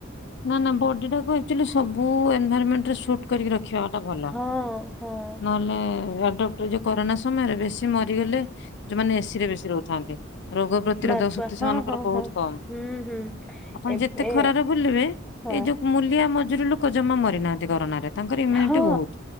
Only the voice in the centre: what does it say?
ହଁ ହଁ
ବାସ୍
ବା ହଁ
ହଁ
ହଁ
ହୁଁ ହୁଁ
ଏବେ
ହଁ
ହଁ